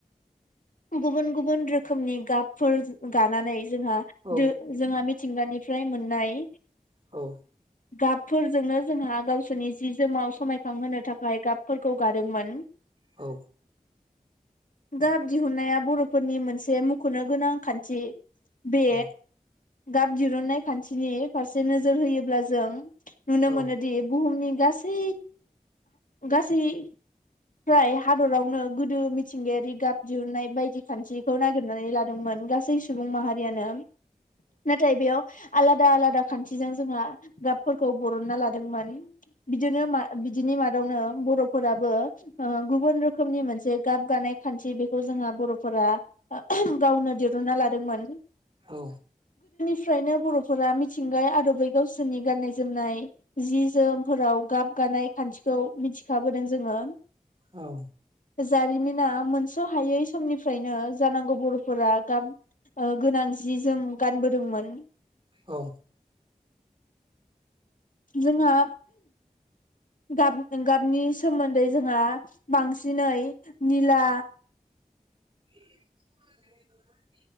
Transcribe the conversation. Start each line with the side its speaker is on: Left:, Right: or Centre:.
Left: गुबुन गुबुन रोखोमनि गाबफोर गानानै जोंहा
Right: औ
Left: दो जोंहा मि थिंगानिफ्राय मोननाय
Right: औ
Left: गाबफोरजोंनो जोंहा गावसोरनि जि जोमाव समायखांहोनो थाखाय गाबफोरखौ गादोंमोन
Right: औ
Left: गाब दिहुननाया बर'फोरनि मोनसे मुंख'नो गो खानथि बे
Right: औ
Left: गाब दिरुननाय खान्थिनि फारसे नोजोर होयोब्ला जों नुनो
Right: औ
Left: मोनोदि
Right: औ
Left: बुहुमनि गासै गासै फ्राय हादरावनो गोदो मिथिंगायारि गाब दिहुननाय बायदि खान्थिखौ नागिरनानै लादोंमोन गासै सुबुं माहारियानो नाथाय बेयाव आलादा आलादा खान्थिजों जोंहा गाबफोरखौ बरनना लादोंमोन बिदिनो मा बि बिनि मादावनो बर'फोराबो ओ गुबुन रोखोमनि मोनसे गाब गानाय खान्थि बेखौ जोंहा बर'फोरा गावनो दुना लादोंमोन
Right: औ
Left: फ्रायनो बर'फोरा मिथिंगा आदबै गावसोरनि गाननाय जोमनाय जि जोमफोराव गाब गानाय खान्थिखौ मिथिखाबोदों जोङो
Right: औ
Left: जारिमिना मोनस सहायै समनिफ्रायनो जानांगौ बर'फोरा गाब ओ गोनां जि जोम गानबोदोंमोन
Right: औ
Left: जोंहा गाब गाबनि सोमोन्दै जोंहा बांसिनै। निला।
Right: <inaudible>